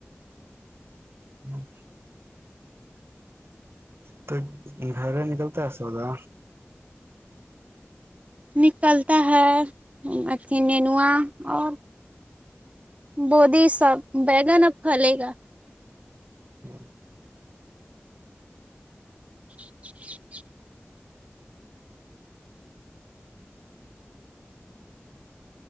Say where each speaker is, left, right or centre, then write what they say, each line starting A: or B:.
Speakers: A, on the right; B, on the right.
A: ہوں تو گھر نکلتا ہے سوودا
B: نکلتا ہے اھی ننوا اور بودی سب بیگن اب کھلے گا
A: ہ
B: <inaudible>